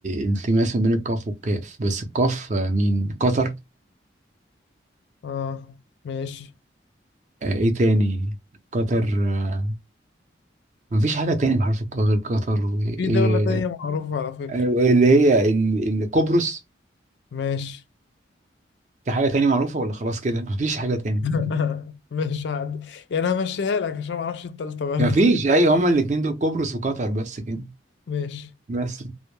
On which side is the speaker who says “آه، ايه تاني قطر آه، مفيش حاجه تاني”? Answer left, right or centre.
Right